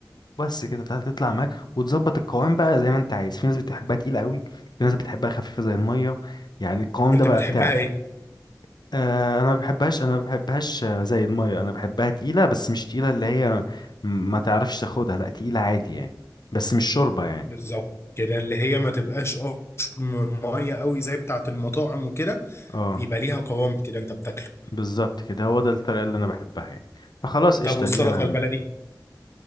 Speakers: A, on the left; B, on the left.
A: بس كده تع- تطلع معاك وتظبط القوام بقى زي ما انت عايز في ناس بتحبها تقيله قوي في ناس بتحبها خفيفه زي الميه يعني القوام
B: أنت
A: ده بقى
B: بتحبها
A: بتاعك
B: إيه؟
A: آه، انا ما بحبهاش انا ما بحبهاش آه، زي الميه انا بحبها تقيله بس مش تقيله اللي هي م- ما تعرفش تاخدها لا تقيله عادي يعني بس مش شوربه يعني
B: بالظبط كده اللي هي ما تبقاش قش م- مية قوي زي بتاعت المطاعم وكده
A: اه
B: يبقى ليها قوام كده أنت بتاكله
A: بالظبط كده هو ده الطريقه اللي انا بحبها يعني فخلاص قشطه
B: طب والسلطة
A: دي انا هعمل
B: البلدي؟